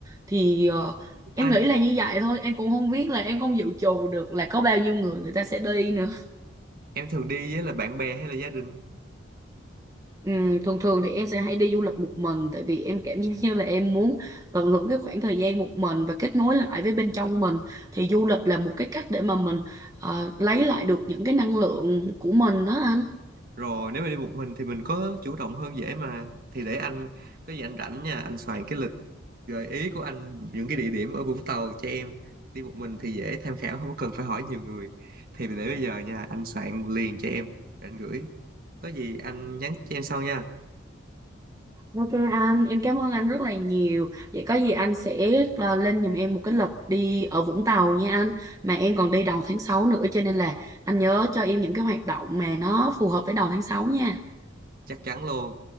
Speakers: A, on the right; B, on the right.
A: thì ờ, em
B: Ai
A: nghĩ là như vậy thôi em cũng không biết là em không dự trù được là có bao nhiêu người người ta sẽ đi nữa
B: em thường đi với là bạn bè hay là gia đình
A: Ừm, thường thường thì em sẽ hay đi du lịch một mình tại vì em cảm <laughs> giác như là em muốn tận hưởng cái khoảng thời gian một mình và kết nối lại với bên trong mình thì du lịch là một cái cách để mà mình ờ, lấy lại được những cái năng lượng của mình đó anh
B: rồi nếu mà đi một mình thì mình có chủ động hơn dễ mà thì để anh có gì anh rảnh nha anh soạn cái lịch gợi ý của anh những cái địa điểm ở Vũng Tàu cho em đi một mình thì dễ tham khảo không có cần phải hỏi nhiều người thì để bây giờ nha anh soạn liền cho em rồi anh gửi có gì anh nhắn cho em sau nha
A: Ok anh, em cảm ơn anh rất là nhiều. Vậy có gì anh sẽ à, lên giùm em một cái lịch đi ở Vũng Tàu nha anh. Mà em còn đi đầu tháng 6 nữa cho nên là anh nhớ cho em những cái hoạt động mà nó phù hợp với đầu tháng 6 nha.
B: chắc chắn luôn